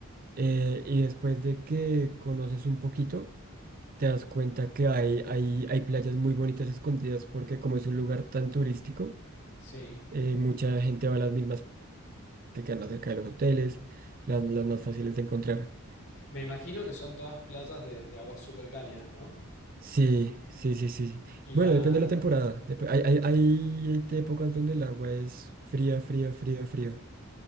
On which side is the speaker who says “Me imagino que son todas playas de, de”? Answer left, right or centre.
Left